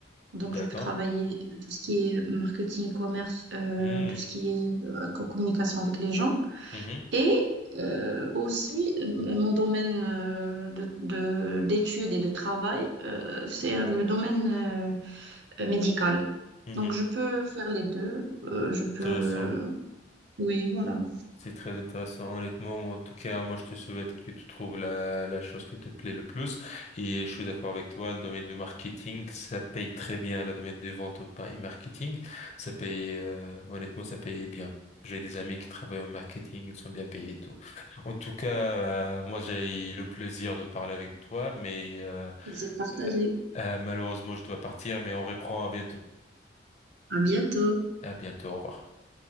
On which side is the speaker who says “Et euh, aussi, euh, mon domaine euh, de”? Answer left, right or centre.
Right